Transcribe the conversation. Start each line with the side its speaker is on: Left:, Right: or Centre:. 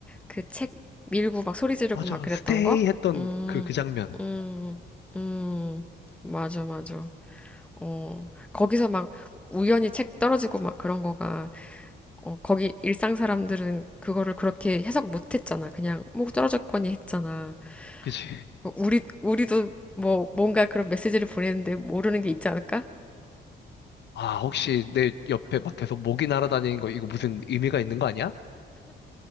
Centre: 그 책 밀고 막 소리 지르고
Left: 맞아,
Centre: 막 그랬던
Left: 스테이
Centre: 거?
Left: 했던
Centre: 음,
Left: 그, 그 장면.
Centre: 음, 음, 맞아, 맞아. 어, 거기서 막 우연히 책 떨어지고 막 그런 거가 어, 거기 일상 사람들은 그거를 그렇게 해석 못 했잖아. 그냥 목 떨어졌거니 했잖아.
Left: 그치?
Centre: 어, 우리, 우리도 뭐 뭔가 그런 메시지를 보내는데 모르는 게 있지 않을까?
Left: 아, 혹시 내 옆에 막 계속 모기 날아다니는 거 이거 무슨 의미가 있는 거 아니야?